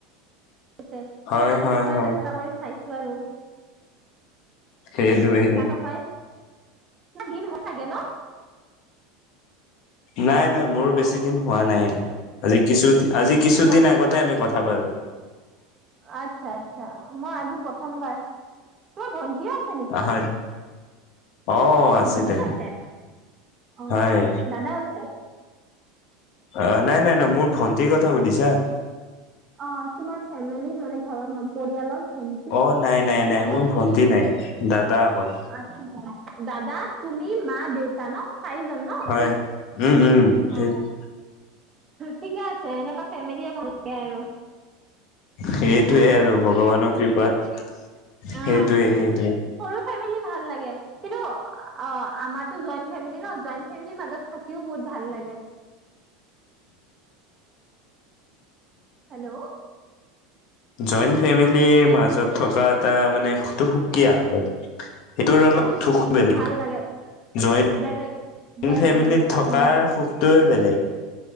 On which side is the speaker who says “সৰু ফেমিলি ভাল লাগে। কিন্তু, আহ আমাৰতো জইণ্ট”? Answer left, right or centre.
Right